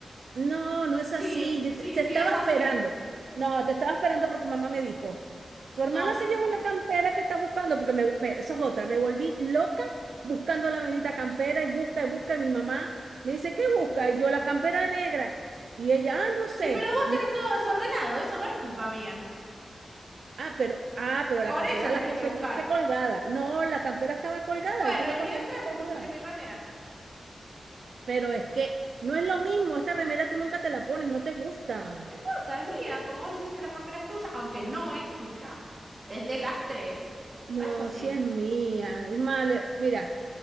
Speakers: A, on the right; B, on the right.
A: No, no
B: Sí,
A: es así. Yo
B: sí,
A: te, te
B: sí,
A: estaba
B: es así.
A: esperando. No, te estaba esperando porque mamá me dijo, tu
B: No,
A: hermana se
B: no
A: llevó
B: es
A: la
B: así.
A: campera que está buscando porque me, me- eso es otra. Me volví loca buscando la bendita campera y busca y busca y mi mamá me dice, ¿qué busca? Y yo la campera negra. Y ella, ah, no sé.
B: Y pero vos tenés todo desordenado, eso no es culpa mía.
A: Ah, pero, ah, pero la
B: Por
A: campera
B: eso
A: la
B: tenés
A: conseguiste
B: que buscar.
A: colgada. No, la campera estaba colgada
B: Bueno,
A: y tú la
B: y mientras
A: conseguiste colgada.
B: te pusiste mi remera.
A: Pero es que no es lo mismo, esta remera tú nunca te la pones, no te gusta.
B: No importa, es mía. Como vos decís que la campera es tuya, aunque no es tuya, es de las tres.
A: No,
B: No es así.
A: si es mía. Es más, mira,